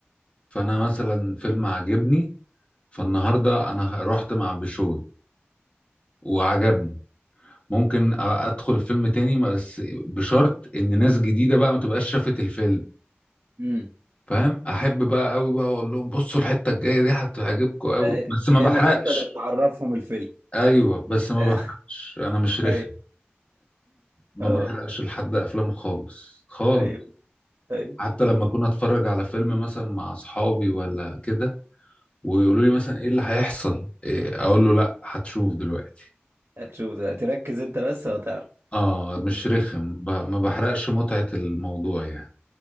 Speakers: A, on the left (about 30°); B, on the right (about 75°).
A: فانا مثلا فيلم عجبني فالنهارده انا رحت مع بشوي وعجبني ممكن أ- ادخل الفيلم تاني بس بشرط ان ناس جديده بقى ما تبقاش شافت الفيلم
B: امم
A: فاهم احب بقى قوي بقى اقول لهم بصوا الحته الجايه دي هتعجبكم قوي
B: آه،
A: بس
B: كأنك
A: ما بحرقش
B: انت اللي بتعرفهم الفيلم
A: ايوه بس ما
B: <laughs>
A: بحرقش انا مش رخم
B: ايوه
A: ما
B: اه
A: بحرقش لحد افلام خالص خالص
B: ايوه ايوه
A: حتى لما كنا اتفرج على فيلم مثلا مع اصحابي ولا كده ويقولوا لي مثلا ايه اللي هيحصل إيه اقول له لا هتشوف دلوقتي
B: هتشوف ده تركز انت بس وهتعرف
A: اه مش رخم ب... ما بحرقش متعة الموضوع يعني